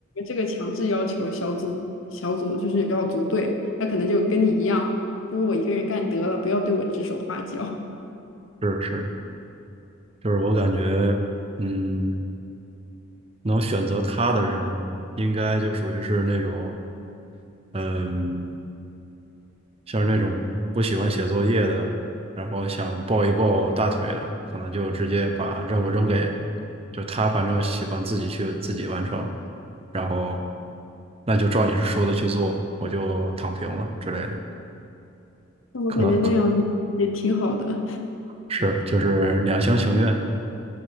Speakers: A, on the left; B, on the right.
A: 这个强制要求小组小组就是要组队，他可能就跟你一样，不如我一个人干得了，不要对我指手画脚。
B: 是是，就是我感觉，嗯，能选择他的人应该就属于是那种。嗯，像那种不喜欢写作业的，然后想抱一抱大腿的，可能就直接把任务扔给，就他反正喜欢自己去自己完成，然后那就照你说的去做，我就躺平了之类的，
A: 那我感觉那样子也挺好的。
B: 可能可是就是两厢情愿。